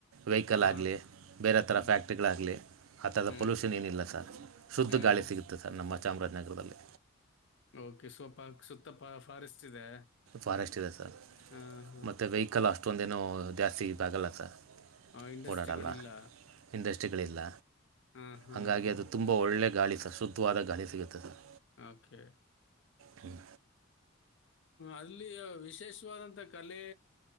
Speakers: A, on the right; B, on the left.
A: ವೆಹಿಕಲ್
B: ಹಾಂ.
A: ಆಗಲಿ ಬೇರೆ ಥರ
B: ಹ್ಮ್.
A: ಫ್ಯಾಕ್ಟ್ರಿ ಾಗಲಿ ಆ ತರದ
B: ಹ್ಮ್.
A: ಪೊಲ್ಯೂಷನ್ ಏನಿಲ್ಲ ಸರ್ ಶುದ್ಧ
B: ಹ್ಮ್.
A: ಗಾಳಿ ಸಿಗುತ್ತೆ ಸರ್ ನ ನಮ್ಮ ಚಾಮರಾಜನಗರದಲ್ಲಿ
B: ಓಕೆ ಸ್ವಲ್ಪ ಸುತ್ತ ಫಾರೆಸ್ಟ್ ಇದೆ
A: ಫಾರೆಸ್ಟ್ ಇದೆ ಸರ್
B: ಹಾಂ, ಹಾಂ.
A: ಮತ್ತುೆ ವೆಹಿಕಲ್ ಅಷ್ಟೊಂದೇನು ಜಾಸ್ತಿ ಇಾಗಲ್ಲ ಸರ್
B: ಆ ಇಂಡಸ್ಟ್ರಿಗಳಿಲ್ಲ.
A: ಓಡಾಡಲ್ಲ ಇಂಡಸ್ಟ್ರಿಗಳಿಲ್ಲ
B: ಹಾಂ, ಹಾಂ,
A: ಹಾಗಂಗಾಗಿ
B: ಹಾಂ.
A: ಅದು ತುಂಬ ಒಳ್ಳೆ ಗಾಳಿ ಸ ಶುದ್ಧವಾದ ಗಾಳಿ ಸಿಗುತ್ತೆ ಸರ್
B: ಓಕೆ
A: ಹ್ಮ್
B: ಅಲ್ಲಿ ವಿಶೇಷವಾದಂಥ ಕಲೆ